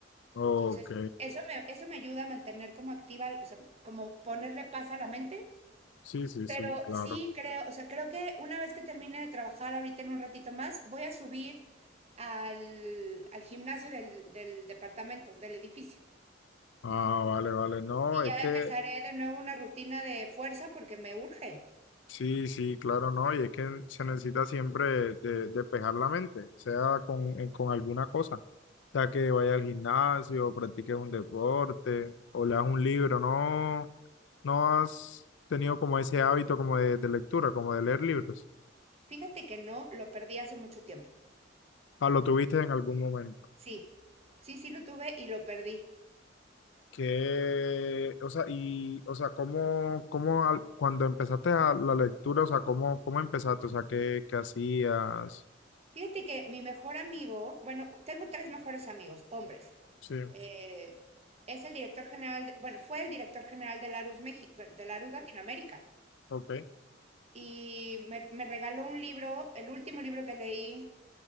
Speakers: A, on the left; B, on the right.
A: ok,
B: Entonces, eso me, eso me ayuda a mantener como activa, o sea, como ponerle paz a la mente.
A: sí, sí, sí,
B: Pero
A: claro.
B: sí creo, o sea, creo que una vez que termine de trabajar ahorita en un ratito más, voy a subir al, al gimnasio del, del departamento, del edificio.
A: Ah, vale, vale, no,
B: Y
A: es
B: ya
A: que
B: empezaré de nuevo una rutina de fuerza porque me urge.
A: Sí, sí, claro, no, y es que se necesita siempre de, despejar la mente, sea con, eh, con alguna cosa, sea que vaya al gimnasio, practiques un deporte o leas un libro, no, no has tenido como ese hábito como de, de lectura, como de leer libros,
B: Fíjate que no, lo perdí hace mucho tiempo.
A: ah, lo tuviste en algún momento,
B: Sí, sí, sí lo tuve y lo perdí.
A: que, o sea, y, o sea, cómo, cómo al- cuando empezaste a la lectura, o sea, cómo, cómo empezaste, o sea, qué, qué hacías,
B: Fíjate que mi mejor amigo, bueno, tengo tres mejores amigos, hombres.
A: sí,
B: Eh, es el director general, de- bueno, fue el director general de Larus México, de Larus Latinoamérica.
A: ok,
B: Y me, me regaló un libro, el último libro que leí,